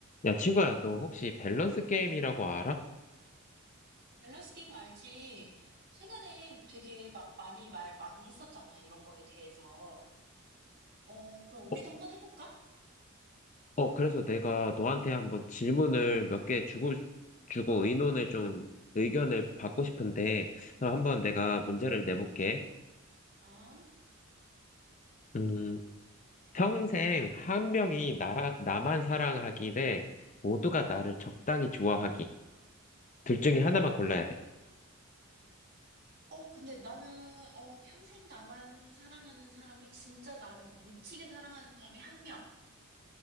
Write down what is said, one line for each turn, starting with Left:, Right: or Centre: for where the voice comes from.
Left: 야, 친구야, 너 혹시 밸런스 게임이라고 알아?
Right: 밸런스 게임 알지? 최근에 되게 막 많이 말 많이 했었잖아, 이런 거에 대해서. 어, 그럼 우리도
Left: 어,
Right: 한번 해볼까?
Left: 어, 그래서 내가 너한테 한번 질문을 몇 개 주고, 주고 의논을 좀, 의견을 받고 싶은데, 어, 한번 내가 문제를 내볼게.
Right: 아,
Left: 음, 평생 한 명이 나라, 나만 사랑하기 대 모두가 나를 적당히 좋아하기. 둘 중에 하나만 골라야 돼.
Right: 어, 근데 나는, 어, 평생 나만 사랑하는 사람이, 진짜 나를 막 미치게 사랑하는 사람이 한 명.